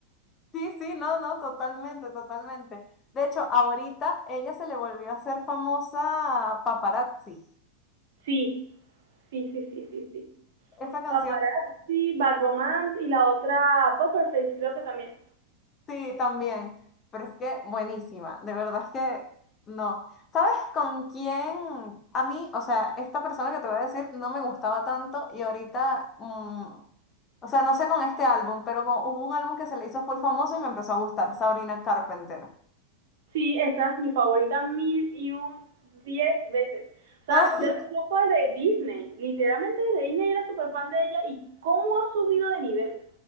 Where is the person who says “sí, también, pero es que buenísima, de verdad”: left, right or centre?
Left